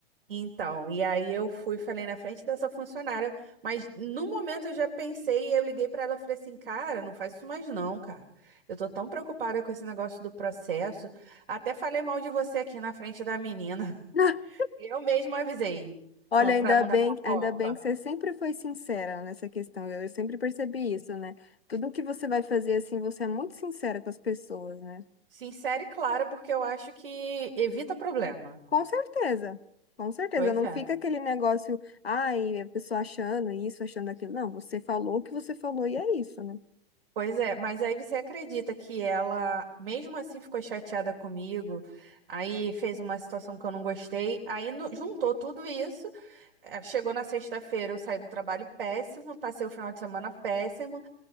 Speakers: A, on the right (about 65°); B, on the left (about 80°).
A: Então, e aí eu fui, falei na frente dessa funcionária, mas no momento eu já pensei, eu liguei pra ela e falei assim, cara, não faz isso mais não, cara. Eu tô tão preocupada com esse negócio do processo. Até falei mal de você aqui na frente da menina. <laughs>
B: <laughs>
A: Eu mesma avisei,
B: Olha,
A: ah,
B: ainda
A: pra não
B: bem,
A: dar fofoca.
B: ainda bem que você sempre foi sincera nessa questão. Eu, eu sempre percebi isso, né? Tudo que você vai fazer assim, você é muito sincera com as pessoas, né?
A: Sincera e clara, porque eu acho que evita problema.
B: Com certeza, com certeza.
A: Pois
B: Não
A: é.
B: fica aquele negócio, ai, a pessoa achando isso, achando aquilo. Não, você falou o que você falou e é isso, né?
A: Pois é, mas aí você acredita que ela, mesmo assim, ficou chateada comigo, aí fez uma situação que eu não gostei, aí no- juntou tudo isso, eh, chegou na sexta-feira, eu saí do trabalho péssimo, passei o final de semana péssimo,